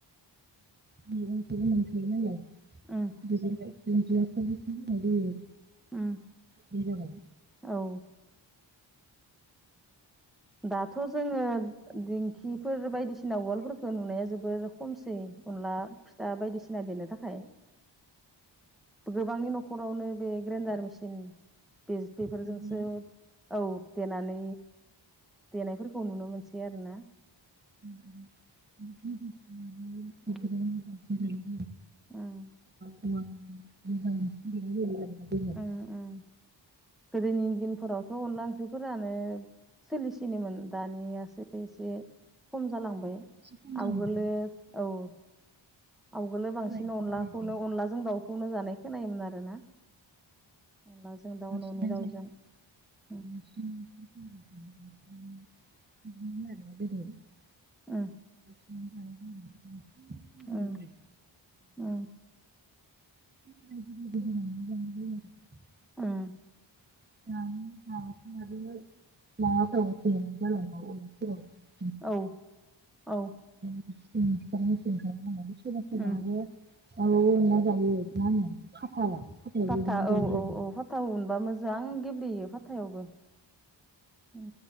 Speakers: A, on the right; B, in the centre.
A: मैगंखौबो मोनखायो नालाय
B: उम
A: बिदिनो दुन्दिया ज
B: उम
A: जानाय जायो।
B: औ दाथ' जोङो दिंखिफोर बायदिसिना उवाल फोरखौ नुनाया जोबोर खमसै। अनला फिथा बायदिसिना देनो थाखाय। गोबांनि न'खर न'खरावनो बे ग्रेन्डार मेसिन बेफोरजोंसो
A: दानिया
B: औ देर नानै देनायफोरखौ नुनो मोनसै आरो ना।
A: <unintelligible>
B: उम ओं।
A: <unintelligible> जायो आरो
B: ओं ओं गोदोनि दिनफोरावथ' अनला ओंख्रिफोर जानो सोलिसिनोमोन दानियासो एसे खम जालांबाय।
A: एसे खम जाबाय
B: आवगोलो
A: ना
B: औ। आवगोलो बांसिन
A: सोलाय
B: अनलाखौनो
A: मिलाय जायो
B: अनलाजों दाउखौनो जानाय खोनायोमोन आरो ना। अनला जों दाउ
A: बांसिनानो
B: न'नि दाउजों।
A: <unintelligible>
B: उम ओं।
A: <unintelligible>
B: ओं।
A: जाबाय आरो
B: ओं।
A: <unintelligible>
B: उम।
A: <unintelligible>
B: औ। औ।
A: <unintelligible> सोरबा सोरबा
B: उम
A: आरो औ अुनना जायो मा होनो खाथा खाथायाव
B: फाथा
A: एवनानै
B: औ
A: जायो
B: औ औ फाथाव अनबा मोजां गेब्लेयो फाथायावबो। उ